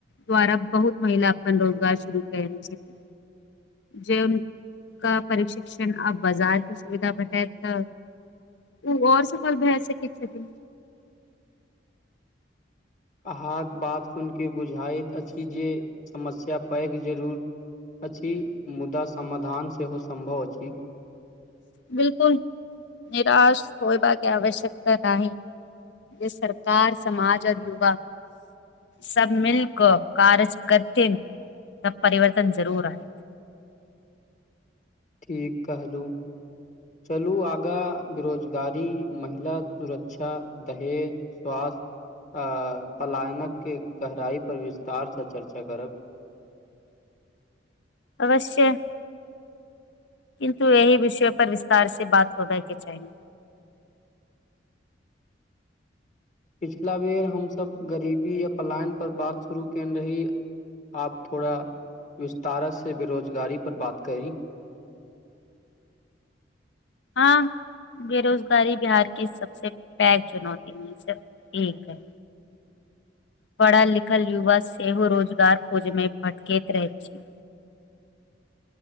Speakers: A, on the left; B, on the left.
A: द्वारा बहुत महिला अपन रोजगार शुरू कयने छथिन जे हुनका प्रशिक्षण आ बाजारके सुविधा भेटत त ओ और सफल भए सकैत छथिन।
B: अहाँक बात सुनि क बुझाइत अछि जे समस्या पैघ जरूर अछि, मुदा समाधान सेहो सम्भव अछि।
A: बिलकुल, निराश होयबा के आवश्यकता नहि। जे सरकार समाज और युवा सब मिल क कार्य करथिन त परिवर्तन जरूर आयत।
B: ठीक कहलहुँ। चलु आगाँ बेरोजगारी, महिला सुरक्षा, दहेज, स्वास्थ्य आ पलायनक के गहराई पर विस्तारसँ चर्चा करब <unintelligible>
A: अवश्य। किन्तु एहि विषय पर विस्तार से बात करबै के चाही।
B: <unintelligible> पिछिला बेर हम सब गरीबी या पलायन पर बात शुरू केने रही आब थोड़ा विस्तार से बेरोजगारी पर बात करी। <unintelligible>
A: हँ बेरोजगारी बिहारके सबसे पैघ चुनौती मे से एक अछि। पढ़ल लिखल युवा सेहो रोजगार खोजैमे भटकैत रहैत छथि।